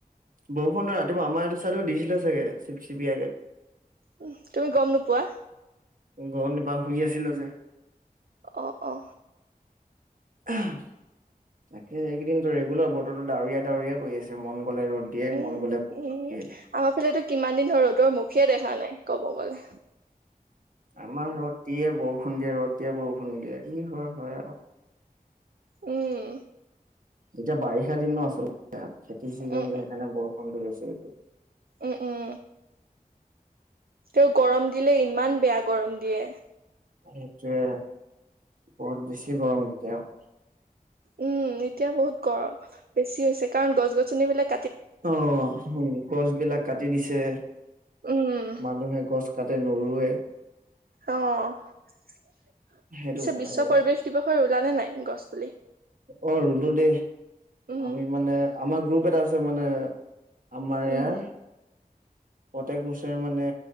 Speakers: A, on the right; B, on the right.
A: বৰষুণ ৰাতিপুৱা আমাৰ এইটো চাইটো দিছিলে চাগে চিপ চিপিয়াকে।
B: উ তুমি গম নোপোৱা?
A: গম নাপাওঁ, শুই আছিলো যে।
B: অ' অ'।
A: তাকে এইকেইদিন ৰেগুলাৰ বতৰো ডাৱৰীয়া ডাউৰীয়া কৰি আছে। মন গ'লে ৰ'দ দিয়ে
B: উম
A: মন গ'লে বৰষুণ
B: উম,
A: দিয়ে।
B: আমাৰ ফালেতটো কিমান দিন ধৰি ৰদৰ মুখে দেখে হা নাই ক'ব বলে
A: আমাৰ ৰ'দ দিয়ে, বৰষুণ দিয়ে, ৰ'দ দিয়ে, বৰষুণ দিয়ে, কি হয় হয় আৰু।
B: উম।
A: এতিয়া বাৰিষা দিনো আচলতে। এ খেতিৰ চিজন
B: উম
A: যে সেইকাৰণে বৰষুণ দি গৈছে।
B: উম উম তেও গৰম দিলে ইমান বেয়া গৰম দিয়ে
A: সেইটোৱে বহুত বেছি গৰম এতিয়াও আৰু
B: উম এতিয়া বহুত গৰম বেছি হৈছে কাৰণ গছ গছনি বিলাক
A: অ গছ বিলাক কাটি দিছে
B: উম
A: মানুহে গছ কাটে নোৰুৱে
B: অ পিছে
A: সেইটো কাৰণে
B: বিশ্ব পৰিৱেশ দিৱসৰ ৰুলা নে নাই? গছপুলি
A: অ ৰুলো দে।
B: উম
A: আমি মানে আমাৰ গ্ৰুপ এটা আছে মানে আমাৰ ইয়াৰ
B: উম
A: প্ৰত্যেক বছৰে মানে